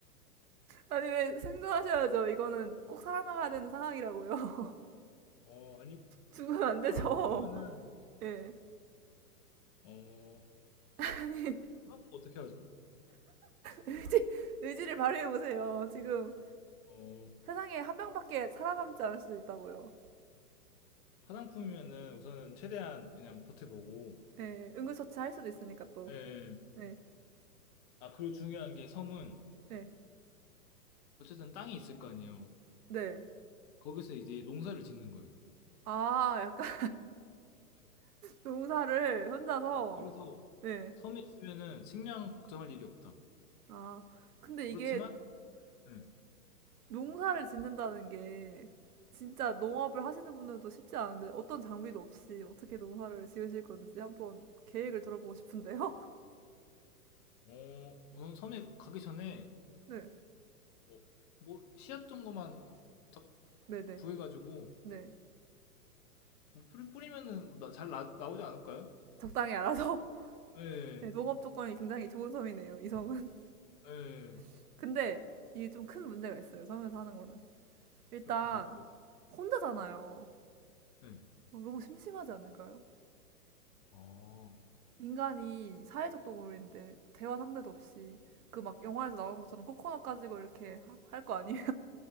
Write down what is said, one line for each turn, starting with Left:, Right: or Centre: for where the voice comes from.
Right: 아니, 왜 생존하셔야죠. 이거는 꼭 살아남아야 되는 상황이라고요. <laughs>
Left: 어 아니
Right: 죽으면 안 되죠.
Left: 화상품이면은
Right: <laughs> 예. 네.
Left: 어
Right: 아니,
Left: 화상품 어떻게 하죠?
Right: 의지, 의지를 발휘해보세요. 지금
Left: 어
Right: 세상에 한 명밖에 살아남지 않을 수도 있다고요.
Left: 화상품이면은 우선은 최대한 그냥 버텨보고
Right: 예. 네. 응급처치 할 수도 있으니까 또.
Left: 예.
Right: 네
Left: 아 그리고 중요한 게 섬은
Right: 네.
Left: 어쨌든 땅이 있을 거 아니에요.
Right: 네.
Left: 거기서 이제 농사를 짓는 거예요.
Right: 아, 약간
Left: 예.
Right: 농사를 혼자서.
Left: 예. 그래서
Right: 네.
Left: 섬에 있으면은 식량 걱정할 일이 없다.
Right: 아. 근데
Left: 그렇지만,
Right: 이게
Left: 음,
Right: 농사를 짓는다는 게 진짜 농업을 하시는 분들도 쉽지 않은데 어떤 장비도 없이 어떻게 농사를 지으실 건지 한번 계획을 들어보고 싶은데요.
Left: 어, 우선 섬에 가기 전에
Right: <laughs> 네,
Left: 뭐, 뭐 씨앗 정도만 딱
Right: 네, 네,
Left: 구해가지고
Right: 네.
Left: 뭐 뿌리, 뿌리면은 나, 잘 나, 나오지 않을까요?
Right: 적당히 알아서. <laughs>
Left: 예,
Right: 네, 농업 조건이 굉장히 좋은 섬이네요, 이 섬은.
Left: 예, 예,
Right: <laughs> 근데 이게 좀 큰 문제가 있어요, 섬에서 하는 거는. 일단
Left: 뭐, 뭐요?
Right: 혼자잖아요.
Left: 예.
Right: 어, 너무 심심하지 않을까요?
Left: 아,
Right: 인간이 사회적 동물인데 대화 상대도 없이 그 막 영화에서 나오는 것처럼 코코넛 가지고 이렇게 할 거 아니에요?